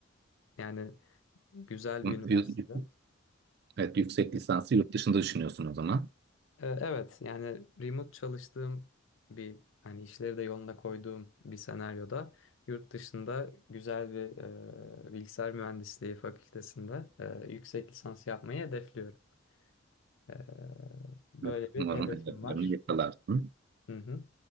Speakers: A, on the left; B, on the right.
A: yani güzel bir üniversitede.
B: yü- Evet, yüksek lisansı yurt dışında düşünüyorsun o zaman.
A: Ee, Evet yani remote çalıştığım bir hani işleri de yoluna koyduğum bir senaryoda yurt dışında güzel bir e, bilgisayar mühendisliği fakültesinde e, yüksek lisans yapmayı hedefliyorum. Ee, böyle
B: Evet,
A: bir
B: umarım
A: hedefim
B: hedeflerini
A: var.
B: yakalarsın.
A: Hı hı.